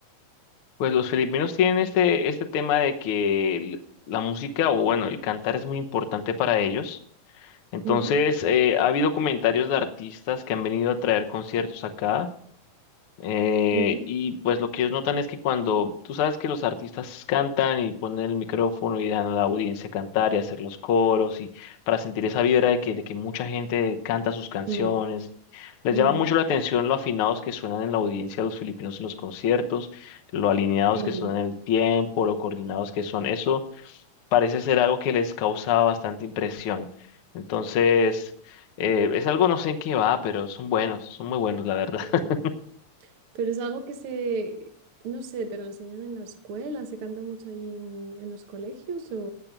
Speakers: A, on the left (about 70°); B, on the right (about 65°).
A: Pues los filipinos tienen este, este tema de que el- la música o bueno, el cantar es muy importante para ellos. Entonces,
B: Ujú,
A: eh, ha habido comentarios de artistas que han venido a traer conciertos acá. eh,
B: ujú,
A: y pues lo que ellos notan es que cuando tú sabes que los artistas cantan y ponen el micrófono y dejan a la audiencia cantar y hacer los coros y para sentir esa vibra de que, de que mucha gente canta sus canciones,
B: mm,
A: les
B: ujú,
A: llama mucho la atención lo afinados que suenan en la audiencia los filipinos en los conciertos, lo alineados
B: mm,
A: que son en el tiempo, lo coordinados que son. Eso parece ser algo que les causaba bastante impresión. Entonces, eh, es algo no sé en qué va, pero son buenos, son muy buenos, la verdad.
B: mm.
A: <laughs>
B: Pero es algo que se, no sé, te lo enseñan en la escuela, se canta mucho ahí en, en los colegios o,